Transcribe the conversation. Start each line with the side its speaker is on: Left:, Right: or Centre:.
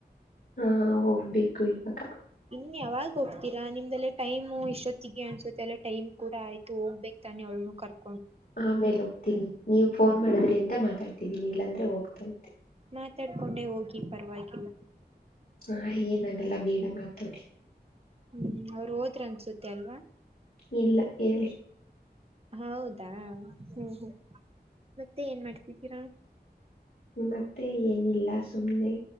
Left: ಹಾ ಹೋಗ್ಬೇಕು ಇವಾಗ
Right: ಇನ್ ಯಾವಾಗ ಹೋಗ್ತೀಾ ನಿಮ್ದೆಲ್ಲ ಟೈಮ್ು ಇಷ್ಟೊತ್ತಿಗೆ ಅನ್ಸುತ್ತೆ ಅಲ್ಲ ಟೈಮ್ ಕೂಡ ಆಯ್ತು ಹೋಗ್ಬೇಕು ಅು
Left: ಆಮೇಲೆ ಹೋಗ್ತೀನಿ ನೀವು ಫೋನ್ ಮಾಡಿದ್ರಿ ಅಂತ ಮಾತಾಡ್ತಿದ್ದೀಿನಿ ಇಲ್ಲಾಂದ್ರೆ ಹೋಗ್ತಾ ಇತಿ
Right: ಮಾತಾಡ್ಕೊಂಡೆ ಹೋಗಿ ಪರವಾಗಿಲ್ಲ
Left: ಹಾ ಏನಾಗಲ್ಲ ಬೇಡ ಮಾತೋಡಿ
Right: ಹ್ಮ್ ಅವ್ರ ಹೋದ್ರ ಅನ್ಸುತ್ತೆ ಅಲ್ವಾ
Left: ಇಲ್ಲ ಹೇಳಿ
Right: ಹೌದಾ ಹ್ಮ್ ಹ್ಮ್ ಮತ್ತೆ ಏನ್ ಮಾಡ್ತಿದ್ದೀರಾ
Left: ಮತ್ತೆ ಏನಿಲ್ಲ ಸುಮ್ನೆ